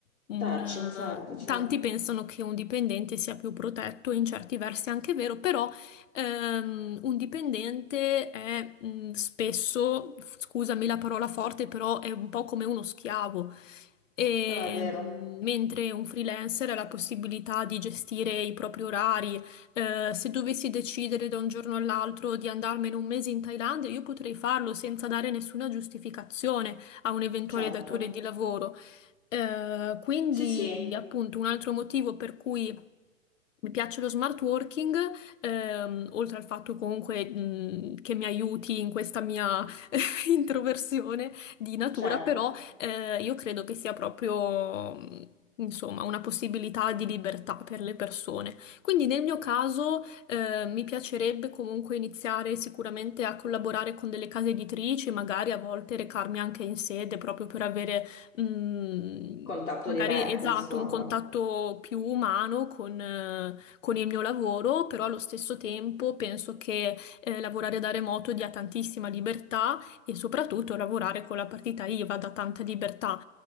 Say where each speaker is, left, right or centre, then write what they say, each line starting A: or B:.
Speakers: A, on the left; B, on the left.
A: Un,
B: Certo, certo, certo.
A: eh, tanti pensano che un dipendente sia più protetto, in certi versi è anche vero, però ehm, un dipendente è mm, spesso, scusami la parola forte, però è un po' come uno schiavo. E,
B: No, è vero,
A: mm, mentre un freelancer ha la possibilità di gestire i propri orari, eh, se dovessi decidere da un giorno all'altro di andarmene un mese in Thailandia, io potrei farlo senza dare nessuna giustificazione a un eventuale
B: certo.
A: datore di lavoro. Eh, quindi,
B: Sì, sì,
A: appunto, un altro motivo per cui mi piace lo smart working, ehm, oltre al fatto comunque, mh, che mi aiuti in questa mia <laughs> introversione di natura,
B: certo.
A: però eh, io credo che sia proprio, mh, insomma, una possibilità di libertà per le persone. Quindi nel mio caso eh, mi piacerebbe comunque iniziare sicuramente a collaborare con delle case editrici, magari a volte recarmi anche in sede proprio per avere... mh,
B: Contatto
A: Magari
B: diretto,
A: esatto,
B: insomma.
A: un contatto più umano con, eh, con il mio lavoro, però allo stesso tempo penso che eh, lavorare da remoto dia tantissima libertà e soprattutto lavorare con la partita IVA dà tanta libertà.